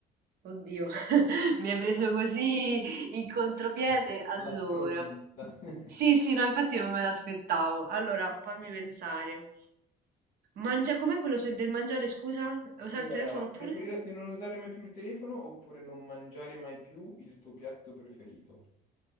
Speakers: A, on the right; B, on the left.
A: oddio, <laughs> mi hai preso così in contropiede. Allora,
B: Alla sprovvista.
A: sì,
B: <laughs>
A: sì, no, infatti non me l'aspettavo. Allora, fammi pensare. Mangia, com'è quello se- del mangiare, scusa? Usare
B: Allora,
A: il telefono oppure?
B: preferiresti non usare mai più il telefono oppure non mangiare mai più il tuo piatto preferito?